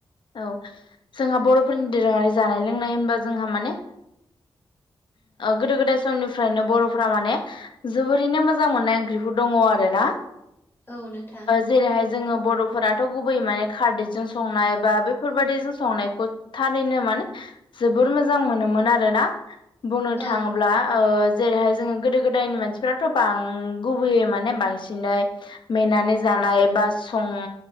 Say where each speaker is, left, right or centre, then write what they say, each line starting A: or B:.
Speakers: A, on the left; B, on the left.
A: औ जोंहा बर'फोरनि दोरोङारि जानाय लोंनाय होनबा जोंहा माने गोदो गोदाय समनिफ्रायनो बर'फोरा माने जोबोरैनो मोजां मोननाय ओंख्रिफोर दङ आरो ना
B: औ नोंथां
A: जेरैहाय जोङो बर'फोराथ' गुबैयै माने खारदैजों संनाय बेफोरबायदि जों संनायखौ थारैनो माने जोबोर मोजां मोनोमोन आरोना। बुंनो थाङोब्ला।
B: औ
A: जेरैहाय जोङो गोदो गोदायनि मानसिफ्राथ' बां गुबैयै माने बांसिनै मेनानै जानाय बा सं